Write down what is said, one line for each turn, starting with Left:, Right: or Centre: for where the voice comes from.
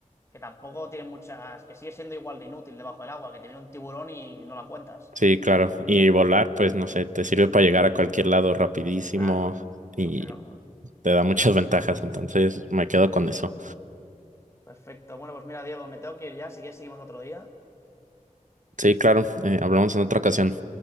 Left: que tampoco tiene muchas. que sigue siendo igual de inútil debajo del agua, que te viene un tiburón y no la cuentas.
Right: sí, claro. Y volar, pues no sé, te sirve para llegar a cualquier lado rapidísimo
Left: Claro,
Right: y
Left: hacerlo. como.
Right: te da muchas <laughs> ventajas. Entonces, me quedo con eso.
Left: Perfecto. Bueno, pues mira, Diego, me tengo que ir ya. Si quieres, seguimos otro día.
Right: Sí, claro, eh, hablamos
Left: Perfecto.
Right: en otra ocasión.